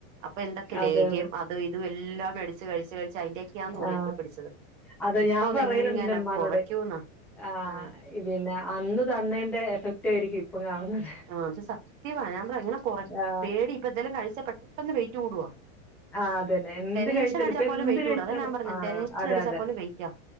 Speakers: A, on the right; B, in the centre.
A: അപ്പൊ എന്തൊക്കെ ലേഹ്യം
B: അതെ അതെ
A: അതും ഇതും എല്ലാം മേട്ച്ച് കഴ്ച്ച് കയ്ച്ച് അയ്ന്റെക്കെയാ തോന്ന്
B: ആ
A: ഇപ്പൊ പിടിച്ചത്.
B: അതെ
A: ഇപ്പൊന്നെങ്ങനെ
B: ഞാൻ പറയല്ണ്ട് ഇന്റെ മ്മാനോട്
A: കൊറയ്ക്കൂന്നാ
B: ആ
A: ആഹ്
B: പിന്നെ അന്ന് തന്നേന്റെ എഫക്റ്റ് ആയിരിക്കും ഇപ്പം കാണ്ന്നത്.
A: ആ അത് സത്യവ ഞാൻപ്രയ ഇങ്ങനെ കൊറേ
B: ആ
A: പേടി ഇപ്പ ഇതെലും കഴിച്ച പെട്ടന്ന് വെയിറ്റ് കൂടുവാ.
B: ആ അതന്നെ എന്ത്
A: ടെൻഷനടിച്ചാൽ
B: കഴിച്ചാലും ഇപ്പൊ
A: പോലും
B: എന്ത്
A: വെയിറ്റ്
B: കഴിച്ചാലും
A: കൂട അതാഞാൻ പർഞ്ഞെ
B: ആ
A: ടെൻഷൻ
B: അതെ
A: അടിച്ചാ
B: അതെ
A: പോലും വെയ്റ്റാ